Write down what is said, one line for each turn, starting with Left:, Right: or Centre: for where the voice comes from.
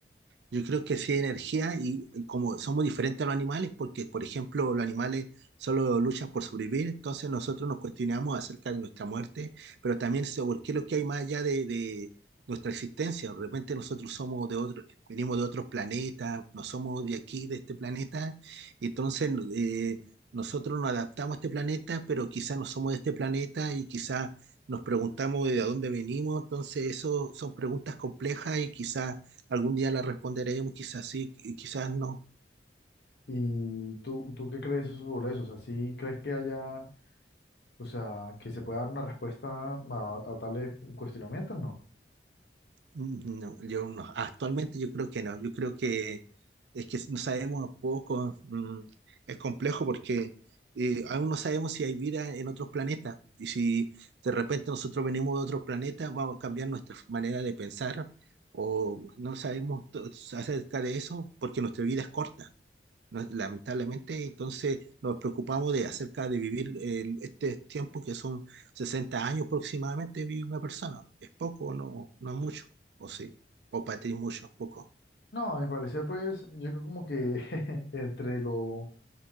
Right: Yo creo que sí hay energía y, y como somos diferentes a los animales, porque por ejemplo los animales solo luchan por sobrevivir, entonces nosotros nos cuestionamos acerca de nuestra muerte, pero también sobre qué es lo que hay más allá de, de nuestra existencia. De repente nosotros somos de otro, venimos de otros planetas, no somos de aquí, de este planeta, y entonces eh, nosotros nos adaptamos a este planeta, pero quizás no somos de este planeta y quizás nos preguntamos de dónde venimos, entonces eso son preguntas complejas y quizás Algún día la responderemos, quizás sí, qui- quizás no.
Left: ¿Y tú, tú qué crees sobre eso? O sea, ¿sí crees que haya, o sea, que se pueda dar una respuesta a, a tales cuestionamientos? No.
Right: Mm, No, yo no. Actualmente yo creo que no. Yo creo que es que no sabemos poco. mm, Es complejo porque eh, aún no sabemos si hay vida en otros planetas. Y si de repente nosotros venimos de otro planeta, vamos a cambiar nuestra manera de pensar o no sabemos to- acerca de eso porque nuestra vida es corta. No, lamentablemente, entonces nos preocupamos de acerca de vivir eh, este tiempo que son 60 años aproximadamente vive una persona. ¿Es poco o no, no es mucho? ¿O sí? ¿O para ti es mucho? ¿Poco?
Left: No, a mi parecer, pues, yo creo como que <laughs> entre lo